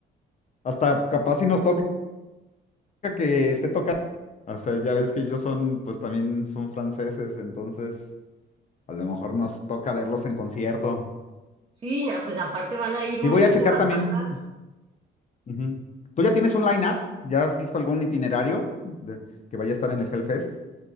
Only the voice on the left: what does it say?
hasta capaz si nos toca que esté tocando. O sea, ya ves que ellos son, pues también son franceses, entonces a lo mejor nos toca verlos en concierto.
Sí,
voy a checar también.
Ujú. ¿Tú ya tienes un line-up? ¿Ya has visto algún itinerario de- que vaya a estar en el Hellfest?